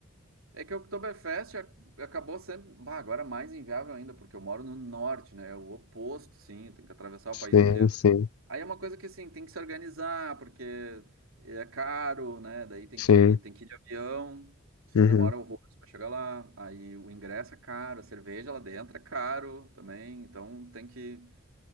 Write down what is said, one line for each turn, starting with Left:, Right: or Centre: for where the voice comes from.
Right: é que o Oktoberfest ac- acabou sendo, bah, agora é mais inviável ainda, porque eu moro no norte, né? É o oposto, sim, tem que atravessar
Left: Sim,
Right: o país inteiro.
Left: sim,
Right: Aí é uma coisa que assim, tem que se organizar, porque é caro, né? Daí tem
Left: sim.
Right: que, tem que ir de avião, senão
Left: Uhum.
Right: demora horrores para chegar lá. Aí o ingresso é caro, a cerveja lá dentro é caro também, então tem que,